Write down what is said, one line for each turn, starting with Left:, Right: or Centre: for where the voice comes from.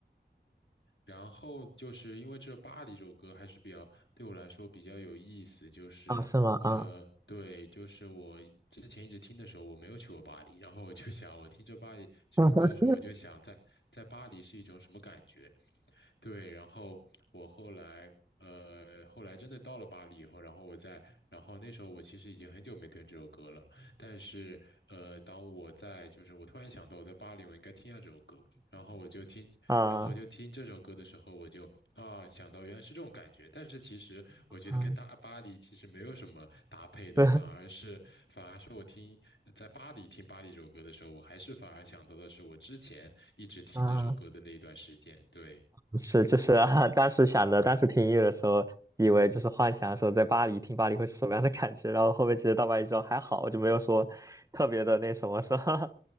Left: 然后就是因为这《巴黎》这首歌还是比较对我来说比较有意思，就是呃，
Right: 啊，是吗？啊
Left: 对，就是我之前一直听的时候我没有去过巴黎，然后我就想，我听这巴黎》这首歌的时候，
Right: <laughs>
Left: 我就想在在巴黎是一种什么感觉，对，然后我后来，呃，后来真的到了巴黎以后，然后我在，然后那时候我其实已经很久没听这首歌了，但是，呃，当我在，就是我突然想到我在巴黎，我应该听一下这首歌，然后我就听，
Right: 啊
Left: 然后我就听这首歌的时候，我就啊想到原来是这种感觉，但是其实我觉得跟大
Right: 啊，<laughs>
Left: <laughs> 巴黎其实没有什么搭配的，
Right: 对
Left: 反而是反而是我听在巴黎听巴黎这首歌的时候，我还是反而想到的是我之前一直听这首歌的那一段时间，
Right: 啊，
Left: 对。
Right: 是就是啊，当时想的，当时听音乐的时候，以为就是幻想说在巴黎听巴黎会是什么样的感觉，然后后面其实到巴黎之后还好，就没有说特别的那什么，是吧？